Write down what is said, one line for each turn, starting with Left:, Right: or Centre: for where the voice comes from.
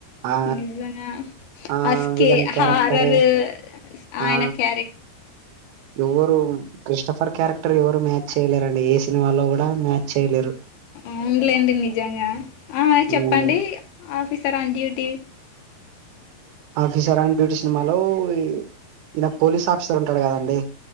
Right: ఆ
Left: నిజంగా
Right: ఆ
Left: అస్కే
Right: విలన్ క్యారెక్టర్
Left: హర్రరు. ఆయన
Right: ఆ
Left: క్యారె
Right: ఎవరు క్రిస్టఫర్ క్యారెక్టర్ ఎవరు మ్యాచ్ చేయలేరండి. ఏ సినిమాలో కూడా మ్యాచ్ చేయలేరు.
Left: అవునులేండి నిజంగా. ఆ
Right: ఉమ్,
Left: చెప్పండి officer on duty.
Right: Officer on duty సినిమాలో. ఈయన పోలీస్ ఆఫీసర్ ఉంటాడు కదా అండి.